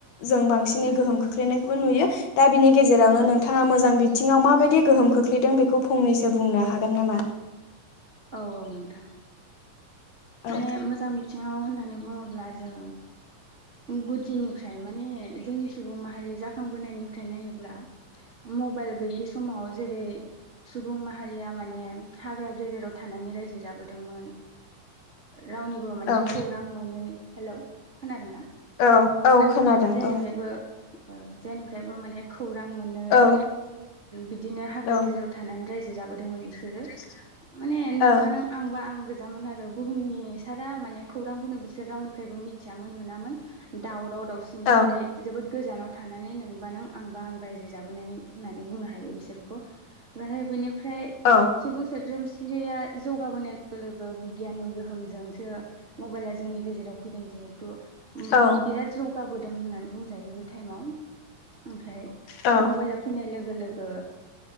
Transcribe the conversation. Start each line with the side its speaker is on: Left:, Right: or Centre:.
Left: जों बांसिनै
Right: उम
Left: गोहोम खोख्लैनायखौबो नुयो दा बिनि गेजेरावनो
Right: औ
Left: नोंथाङा मोजां बिथिङाव मा माबायदि गोहोम खोख्लैदों बेखौ फंनैसो बुंनो हागोन नामा
Right: औ औ नोंथां
Left: औ
Right: माने मोजां बिथिङाव होननानै बुङोब्ला जों गुदिनिफ्राय माने जोंनि सुबुं माहारि जाखांबोनायनिफ्राय नायोब्ला मबाइल गैयि समाव जेरै सुबुं माहारिया माने हाग्रा गेजेराव थानानै रायजो जाबोदोंमोन रावनिबो माने
Left: औ
Right: खौरां मोनै हेलौ खोनादों ना
Left: औ औ खोनादों
Right: जेनिफ्रायबो
Left: औ
Right: जेनिफ्रायबो माने खौरां मोनै
Left: औ
Right: बिदिनो हाग्रा
Left: औ
Right: गेजेराव थानानै रायजो जाबोदोंमोन बिसोर
Left: <unintelligible>
Right: माने नोंबा
Left: ओ औ
Right: नों आंबा आं गोजामोन आरो बुहुमनि सारा माने खौरांखौनो बिसोर रावनि फ्रायबो मिथियामोन मोनामोन दावराव दावसिनिफ्राय
Left: औ
Right: जोबोद गोजानाव थानानै नोंबा नों आंबा आं रायजो जाबोनाय होननानै बुंनो हायो बिसोरखौ ओमफ्राय बेनिफ्राय
Left: औ
Right: सुबुं सोद्रोम जौगाबोनाय लोगो लोगो बिगियाननि गोहोमजोंसो मबाइला जोंनि गेजेराव फैदों जिहेथु
Left: औ
Right: बिराद जौगाबोदों होननानै बुंजायो बे टाइमाव ओमफ्राय
Left: औ
Right: मबाइला फैनाय लोगो लोगो